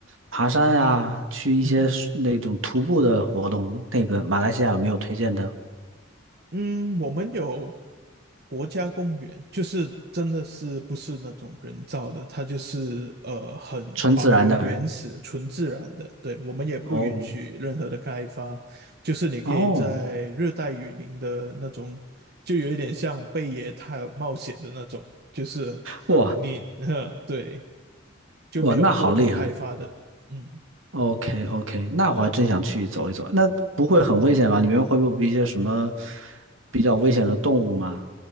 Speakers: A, on the right (about 75°); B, on the right (about 50°).
A: 爬山呀，去一些是那种徒步的活动，
B: 嗯。
A: 那个马来西亚有没有推荐的？
B: 嗯，我们有国家公园，就是真的是不是那种人造的，它就是呃很保留原始、
A: 纯自然的，
B: 纯自然的。对，我们也不允许任何的开发，
A: 哦
B: 就是你可以在热带雨林的那种，
A: 哦，
B: 就有一点像贝爷探冒险的那种，就是你，
A: 哇
B: <laughs> 呵，对，就没有过度开发的。
A: 哇，那好厉害
B: 嗯。
A: ，OK OK，那我还真想去走一走，那不会很危险吗？里面会不会有一些什么比较危险的动物吗